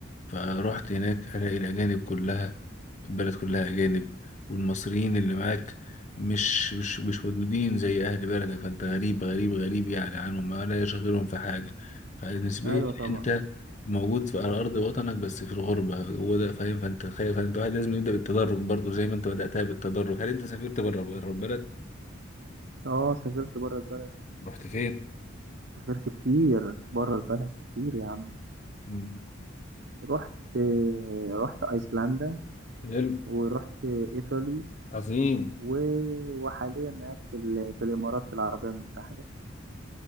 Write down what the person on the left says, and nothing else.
فروحت هناك الاقي الاجانب كلها البلد كلها اجانب والمصريين اللي معاك مش مش مش ودودين زي اهل بلدك فانت غريب غريب غريب يعني عنهم ما لا يشغلهم في حاجه فبالنسبه
لي
انت موجود في على ارض وطنك بس في الغربه هو ده فاهم فانت خايف فانت واحد لازم يبدا بالتدرج برضو زي ما انت بداتها بالتدرج هل انت سافرت بره بره البلد
رحت فين؟
مم.
حلو
عظيم